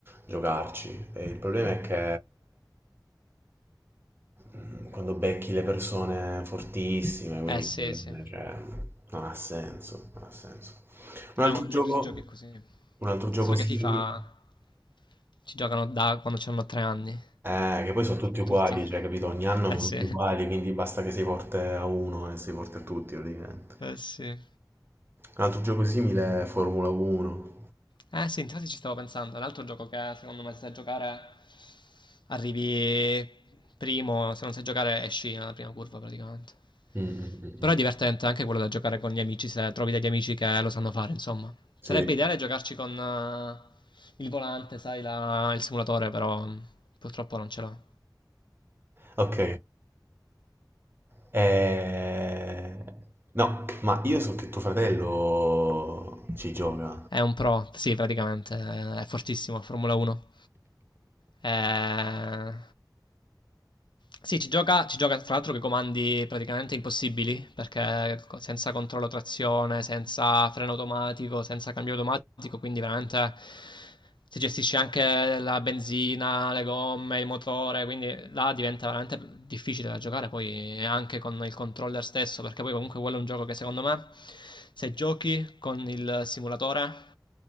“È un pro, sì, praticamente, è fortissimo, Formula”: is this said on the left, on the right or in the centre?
Left